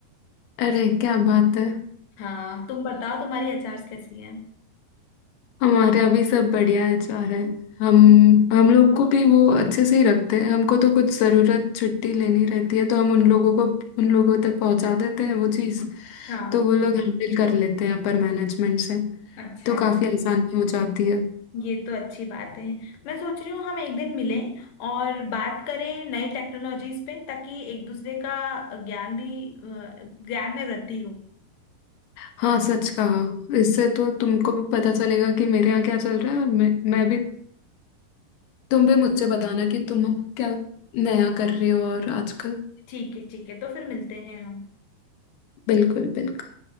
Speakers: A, on the left; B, on the left.
A: अरे क्या बात है
B: हाँ तुम बताओ तुम्हारी एचआर कैसी
A: हमारे यहाँ भी सब बढ़िया एचआर है हम हम लोग को भी वो अच्छे से ही रखते हैं हमको तो कुछ ज़रूरत छुट्टी लेनी रहती है तो हम उन लोगों को उन लोगों तक पहुंचा देते हैं वो चीज़
B: है
A: तो वो लोग हैंडल कर लेते हैं अपर मैनेजमेंट से
B: अच्छा
A: तो काफ़ी आसानी हो जाती है
B: ये तो अच्छी बात है मैं सोच रही हूँ हम एक दिन मिलें और बात करें नए टेक्नोलॉजीज पे ताकि एक दूसरे का ज्ञान भी अ, ज्ञान में वृद्धि हो
A: हाँ सच कहा इससे तो तुमको भी पता चलेगा कि मेरे यहाँ क्या चल रहा है और मैं मैं भी तुम भी मुझे बताना कि तुम क्या नया कर रहे हो और आजकल
B: ठीक है ठीक है तो फिर मिलते हैं हम
A: बिल्कुल बिल्कुल